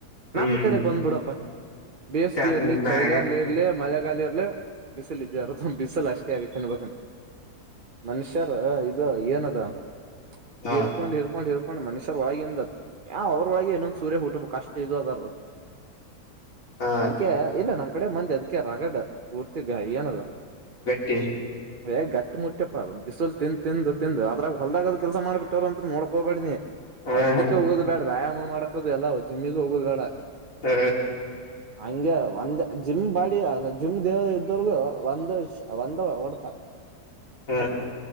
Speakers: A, on the left; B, on the right.
A: ಹ್ಮ್
B: ನಮ್ ಕಡೆ ಬಂದ್ಬಿಡಪ್ಪಾ ಬೇಸ್ಗೆರ್ಲಿ
A: ಚೆನ್ನಾಗಿ
B: ಚಳಿಗಾರ್ಲಿ ಇರ್ಲಿ ಮಳೆಗಾಲಿಯಲ್ಲಿ ಬಿಸಿಲ ಇದ್ಯಾರ ಬಿಸಲು ಅಷ್ಟೇ ಆಗತ್ತೆ ಬ ಮನುಷ್ಯರ ಅದ ಏನದಾ
A: ಹಾ
B: ಹೇಳ್ಕೊಂಡ್ ಹೇರ್ಕೊಂಡ್ ಹೇರ್ಕೊಂಡ್ ಹ ಮಸ ಒಳಗಿಂದ ಯ ಅವ್ರ ಒಳಗೆ ಇನೊಂದ ಸೂರ ಹುಟ್ಬೇಕು ಅಷ್ಟ ಇ ಅದ ಹೌ
A: ಹಾ
B: ಅದಕ್ಕೆ ಇಲ್ಲ ನಮ್ ಕಡೆ ಮಂದಿ ಅದಕ ರಗಡ್ ಪೂರ್ತಿ ಏನದು
A: ಗಟ್ಟಿ
B: ಏ ಗಟ್ಟಿ ಮುಟ್ಟ್ಯಪ್ಪ ಬಿಸಲ್ ತಿಂದ ತಿಂದು ತಿಂದು ಅದ್ರಾಗ ಹೊಲ್ದಾಗದ ಕೆಲಸ ಮಾಡಬಿಟ್ಟವರು ಅಂತರು ನೋಡ್ಕೋಬೇಡನಿ
A: ಹ
B: ಅವ್ರ ಇದಕ್ಕೆ ಹೋಗೋ ಬೇಡ ಬಾ ಮಾಡಕದು ಎಲ್ಲ ಜಿಮ್ಮಿಗ್ ಹೋಗೋದು ಬೇಡ
A: ಹ್ಮ
B: ಹಂಗೆ ಒಂದ್ ಜಿಮ್ ಬಾಡಿ ಜಿಮ್ ದೇವ ಇದ್ದೋರ್ಗು ಒಂದ್ ಒಂದ ಹೊಡ್ತ
A: ಹ್ಮ